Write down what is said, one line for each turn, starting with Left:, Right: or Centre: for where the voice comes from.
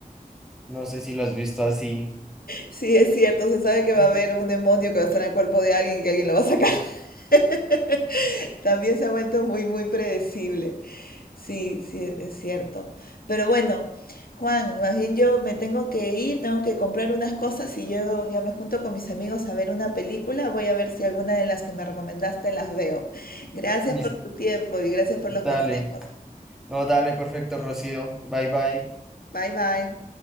Centre: No sé si lo has visto así.
Left: Sí, es cierto, se sabe que va
Centre: Mm.
Left: a haber un demonio que va a estar en el cuerpo de alguien y que alguien lo va a sacar. <laughs> También se ha vuelto muy, muy predecible. Sí, sí, es cierto. Pero bueno, Juan, más bien yo me tengo que ir, tengo que comprar unas cosas y yo ya me junto con mis amigos a ver una película. Voy a ver si alguna de las que me recomendaste las veo. Gracias
Centre: Mis-
Left: por tu tiempo y gracias por los
Centre: Dale,
Left: consejos.
Centre: no, dale, perfecto, Rocío. Bye, bye.
Left: Bye, bye.